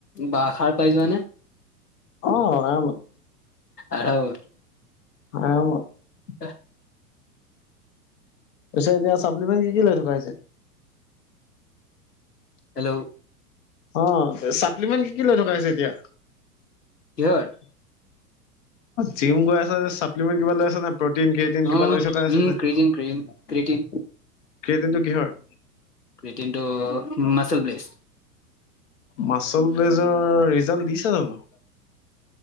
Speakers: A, on the left (about 80°); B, on the left (about 50°).
A: বা সাৰ পাই যোৱা নে।
B: অ আৰামত।
A: আৰামত
B: আৰামত
A: এহ
B: তাৰ পিছত এতিয়া চাপ্লিমেণ্টি কি কি লৈ থকা হৈছে?
A: হেল্ল'
B: অ চাপ্লিমেণ্ট কি কি লৈ থকা হৈছে এতিয়া?
A: কিহৰ
B: জিম গৈ আছে চাপ্লিমেণ্ট কিবা লৈ আছে নে। প্ৰটিন কেইটিন
A: অ
B: কিবা লৈ থকা হৈছে
A: উম
B: নে
A: ক্ৰিটিন ক্ৰিটিন ক্ৰিটিন
B: কেইটিনটো কিহৰ
A: কেইটিন্টো মচেল প্লেছ।
B: মাচল প্লেচৰ ৰিজাল্ট দিছে জানো।